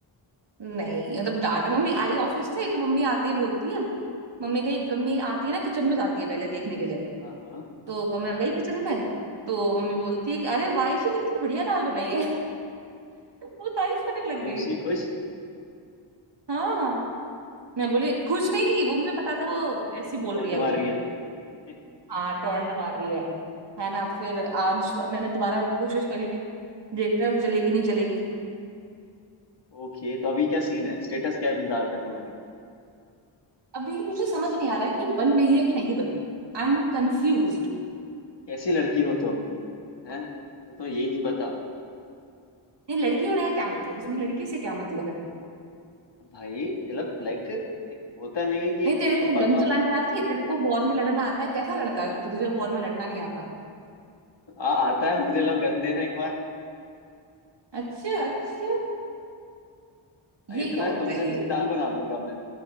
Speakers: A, on the right; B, on the left.
A: नहीं मतलब डांटा मम्मी आई ऑफिस से तो मम्मी आते ही बोलती है मम्मी कही मम्मी आती है ना किचन में जाती है पहले देखने के लिए
B: हाँ हाँ
A: तो क- मैं गई किचन में तो मम्मी बोलती है कि अरे वायशी कितनी बढ़िया दाल बनाई है <laughs> वो तारीफ करने लग
B: आयुषी
A: गई
B: खुश
A: हाँ मैं बोली खुश नहीं वो मुझे पता था वो ऐसी बोल
B: टोंट
A: रही है वो
B: मार रही है <laughs>
A: हाँ टोरंट मार रही है है ना फिर आज मैंने दोबारा कोशिश करी देखते हैं जलेगी नहीं जलेगी
B: ओके तो अभी क्या सीन है स्टेटस क्या है अभी दाल का तुम्हारी
A: अभी मुझे समझ नहीं आ रहा है कि ये बन गई है कि नहीं बनी I am confuse
B: कैसी लड़की हो तुम हैं तो तुम्हें ये नहीं पता
A: ये लड़की होने का क्या मतलब इसमें लड़की से क्या मतलब है
B: भाई मतलब लाइक होता नहीं कि
A: नहीं तेरे
B: तुम्हें
A: को
B: पता
A: गन
B: होता
A: चलानी
B: है
A: आती है तेरे को वॉर में लड़ना आता है कैसा लड़का है तो तुझे वॉर में लड़ना नहीं आता
B: आ, आता है मुझे लोग गंदे ना एक
A: अच्छा अच्छा ये
B: हाँ, इतना
A: क्या
B: है
A: होता
B: तुमसे
A: है
B: अच्छी
A: ये
B: दाल बना दूंगा मैं